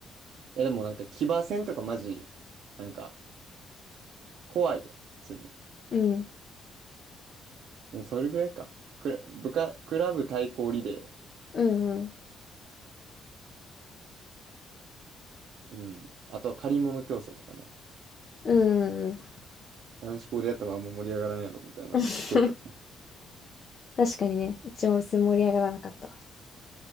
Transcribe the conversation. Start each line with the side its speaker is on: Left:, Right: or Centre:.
Right: や、でもなんか騎馬戦とかマジ、なんか怖いで、普通に。
Left: うん。
Right: でもそれぐらいか。クラ、部下、クラブ対抗リレ
Left: うんうん。
Right: ー。うん。あとは借り物競争とかね。
Left: うんうんうん
Right: 男子校でやってもあんま盛り上がらんやろ、みたいな。
Left: <laughs>。
Right: 今日、
Left: 確かにね、一応別に盛り上がらなかったわ。